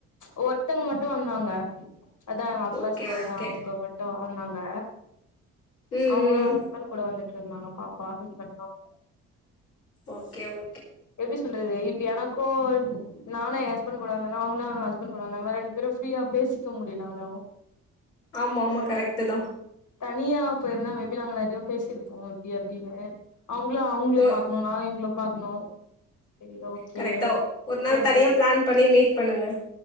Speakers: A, on the left; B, on the left.
A: ஒருத்தங்க மட்டு வந்தாங்க அதா அக்கா
B: ஓகே
A: சொன்னல்ல
B: ஓகே
A: அவ்ங்க மட் டு வந்தாங்க
B: ம்
A: அவுங்களு
B: ம்
A: ஹஸ்பண்ட் கூட வந்துட்டு இருந்தாங்க பாப்பா ஹஸ்பண்ட்லா
B: ஓகே ஓ
A: எப்டி சொல்றது இப்ப எனக்கு நானு எயா ஹஸ்பண்ட் கூட வந்தனா அவுங்களு அவங்க ஹஸ்பண்ட் கூட வந்தாங்களா ரெண்டு பேரு ஃப்ரீய பேசிக்க முடில அவ்ளோவு
B: ஆமா ஆமா கரெக்ட்டு தா
A: தனியா போயிருந்தா மேபி நாங்க நெறைய பேசிருப்போ இப்டி அப்டின்னு அவுங்ளு அவங்ளு
B: ஒர்
A: பாக்கு நா டா இவுங்கள பாக்கணு சரி ஓகே
B: கரெக்டா ஒரு நாள்
A: கொஞ்சோ
B: தனியா பிளான் பண்ணி மீட் பண்ணுங்க